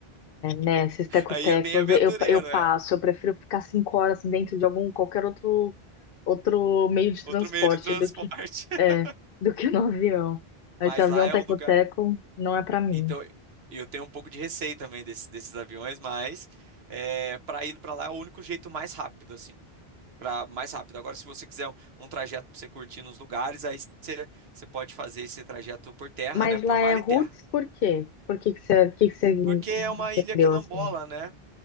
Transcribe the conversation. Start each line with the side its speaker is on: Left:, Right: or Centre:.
Left: Né, esses tecotecos,
Right: <laughs> Aí é bem aventureiro,
Left: eu, eu passo,
Right: é.
Left: eu prefiro ficar cinco horas dentro de algum, qualquer outro, outro meio de transporte
Right: Outro meio de transporte.
Left: do que,
Right: <laughs>
Left: é, do que no avião.
Right: Mas
Left: Esse avião
Right: lá é
Left: teco-teco
Right: um lugar.
Left: não é para mim.
Right: Então, eu tenho um pouco de receio também desse- desses aviões, mas é, para ir para lá é o único jeito mais rápido, assim. Pra, mais rápido. Agora, se você quiser um, um trajeto para você curtir nos lugares, aí você você pode fazer esse trajeto por terra,
Left: Mas
Right: né? Por
Left: lá
Right: mar
Left: é Roots,
Right: e terra.
Left: por quê? Por que que você, que que você
Right: Porque é
Left: entendeu
Right: uma ilha quilambola,
Left: assim?
Right: né?